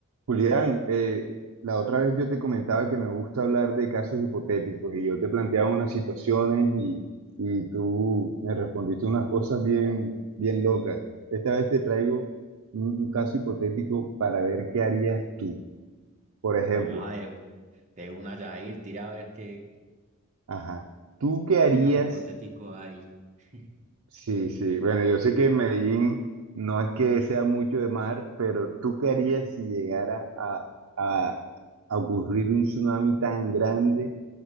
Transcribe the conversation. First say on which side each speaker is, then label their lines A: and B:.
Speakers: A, on the right (about 80°); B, on the right (about 35°).
A: Julián, eh, la otra vez yo te comentaba que me gusta hablar de casos hipotéticos y yo te planteaba unas situaciones y, y tú me respondiste unas cosas bien, bien locas. Esta vez te traigo un, un caso hipotético para ver qué harías tú. Por ejemplo,
B: Ah, de, de una ya ir tira a ver qué,
A: ajá, ¿tú qué harías?
B: qué caso hipotético hay. <laughs>
A: Sí, sí, bueno, yo sé que en Medellín no es que sea mucho de mar, pero ¿tú qué harías si llegara a, a a ocurrir un tsunami tan grande?